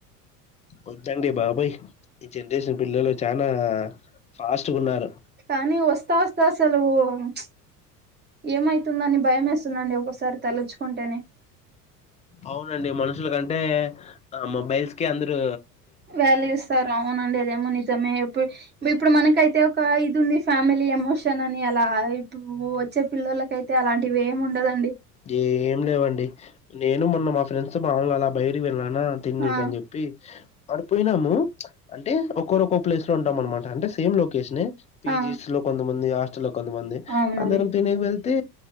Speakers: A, on the left; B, on the right.
A: వద్దండి బాబోయ్, ఈ జనరేషన్ పిల్లలు చానా ఫాస్ట్గున్నారు.
B: కనీ వస్తా వస్తా అసలూ చ్చ్ ఏమైతుందని భయమేస్తుందండి ఒకోకసారి తలుచుకుంటేనే.
A: అవునండి మనుషుల కంటే ఆ మొబైల్స్ కె అందరు
B: వ్యాల్యు ఇస్తారు అవునండి అదేమో నిజమే ఎప్పుడు ఇప్పుడు మనకైతే ఒకా ఇది ఉంది ఫ్యామిలీ ఎమోషన్ అని అలా ఇప్పుడు వచ్చే పిల్లలకైత్ తే అలాంటివి ఏం ఉండదండి
A: ఏం లేవండి నేను మొన్న మా ఫ్రెండ్స్ తొ మాముల్గ అలా బయటికి వెల్లినానా తిన్నికని
B: ఆ
A: చెప్పి ఆడ పోయినాము అంటే ఒక్కొరొక్క ప్లేస్ లో ఉంటాం అనమాట అంటే సేమ్ లొకేషనే పీ
B: ఆ
A: జీస్ లో కొంతమంది, హాస్టల్ లో కొంతమంది
B: అవునండి
A: అందరం తిననికి వెళ్తే